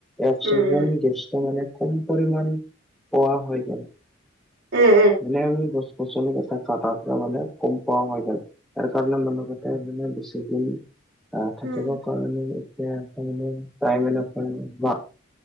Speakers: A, in the centre; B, on the right (about 55°).
A: অক্সিজন
B: উম উম
A: গছটো মানে কম পৰিমাণ পোৱা হৈ গ'ল।
B: উম উম
A: মানে আমি গছ গছনি কটা কাটাৰ পৰা মানে কম পোৱা হৈ গ'ল। তাৰ কাৰণে মানুহ কেইটা মানে বেছিদিন - আহ
B: উম
A: থাকিব কাৰণে এতিয়া তাৰ মানে টাইমে নাপাওঁ বা